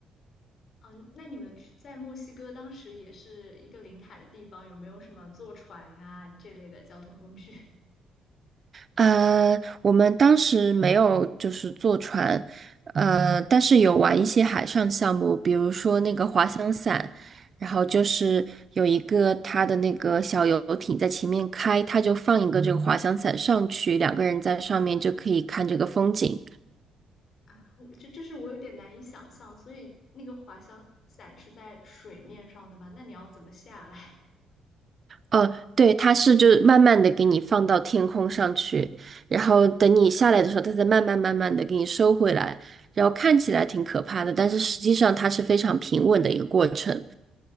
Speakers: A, on the left; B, on the right.
A: 嗯，那你们去在墨西哥当时也是一个临海的地方，有没有什么坐船啊这类的交通工具
B: 呃，我们当时没有就是坐船，呃，但是有玩一些海上项目，比如说那个滑翔伞，然后就是有一个它的那个小游艇在前面开，它就放一个这个滑翔伞上去，两个人在上面就可以看这个风景。
A: <laughs> 啊？我这就是我有点难以想象，所以那个滑翔伞是在水面上的吗？那你要怎么下来？
B: 呃，对，它是就是慢慢的给你放到天空上去，然后等你下来的时候，它再慢慢慢慢的给你收回来，然后看起来挺可怕的，但是实际上它是非常平稳的一个过程。